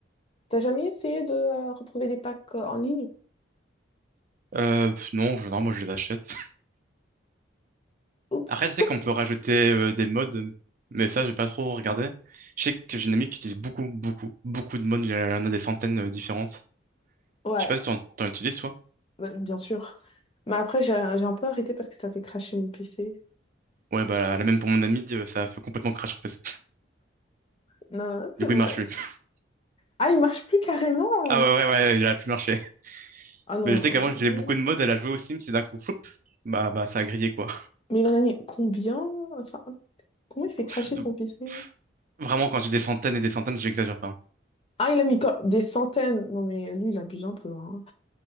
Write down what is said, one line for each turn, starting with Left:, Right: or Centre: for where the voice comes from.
Left: t'as jamais essayé de euh, retrouver les packs euh, en ligne?
Right: Euh, pff, non, je, non, moi, je les achète. <laughs>
Left: Oups.
Right: Après, je sais qu'on peut rajouter euh, des mods, mais ça, j'ai pas trop regardé. Je sais que j'ai une amie qui utilise beaucoup, beaucoup, beaucoup de mods. Il y en a des centaines euh, différentes.
Left: Ouais,
Right: Je sais pas si tu en, t'en utilises,
Left: bah, bien sûr. Mais après, j'ai j'ai un peu arrêté parce que ça fait crasher mon PC.
Right: Ouais, bah, la même pour mon ami, euh, ça a fait complètement crash sur PC.
Left: Non,
Right: Du
Left: <laughs>
Right: coup,
Left: ouais.
Right: il marche plus. <laughs>
Left: Ah, il marche plus carrément.
Right: Ah ouais, ouais, ouais, il a plus marché.
Left: Ah non,
Right: Mais je
Left: non,
Right: sais qu'avant, j'avais
Left: non.
Right: beaucoup de modes, elle a joué au Sims, et d'un coup, floup, bah, bah, ça a grillé, quoi.
Left: Mais il en a mis combien? Enfin, Comment il
Right: <laughs>
Left: fait cracher son PC?
Right: Vraiment, quand j'ai des centaines et des centaines, j'exagère pas.
Left: Ah, il a mis co- des centaines. Non, mais lui, il abuse un peu. hein.